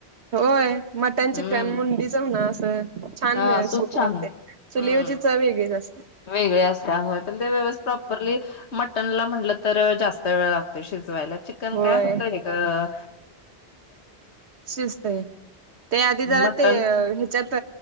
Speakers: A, on the right; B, on the left.
A: होय मटण
B: हम्म
A: चिकन मुंडीचं ना असं छान
B: हा
A: सूप
B: छान
A: नाही
B: हम्म
A: ते चुलीवरची चव वेगळीच असते
B: वेगळे असत पण व प्रॉपरली मटनला म्हणलं तर जास्त वेळ लागतो शिजवायला. चिकन
A: होय
B: काय होतय का.
A: शिजतय ते आधी जरा
B: मटन
A: ते ह्याच्यात